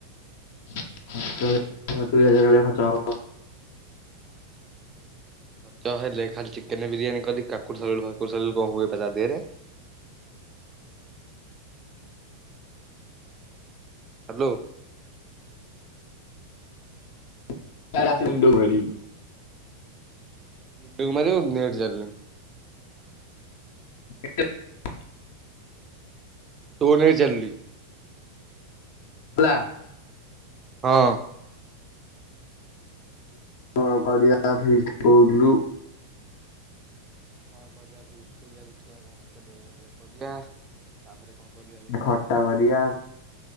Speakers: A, on the left; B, on the right.
A: ଦୁଇ ହଜାର ଭଳିଆ ଖର୍ଚ୍ଚ ହେବ।
B: ଖର୍ଚ୍ଚ ହେଲେ ଖାଲି ଚିକେନ ବିରିୟାନୀ କରି କାକୁଡି ସାଲାଡ଼ ଫାକୁଡ଼ି ସାଲାଡ଼ କଣ ହୁଏ ପା ତା ଦେହରେ। <inaudible> ହ୍ୟାଲୋ।
A: <unintelligible>
B: ମୁଣ୍ଡକୁ ମାରି <unintelligible> ଚାଲିଲେ।
A: <unintelligible>
B: ତୁ ନେଇ ଚାଲିଲି।
A: ପ୍ଲା।
B: ହଁ।
A: କଣ କରିବା ଫିଷ୍ଟ କହୁଥିଲୁ?
B: କଣ କରିବା ଫିଷ୍ଟ କରିବା ଦେଖିବା <unintelligible> କରିବା
A: ଖଟା କରିବା।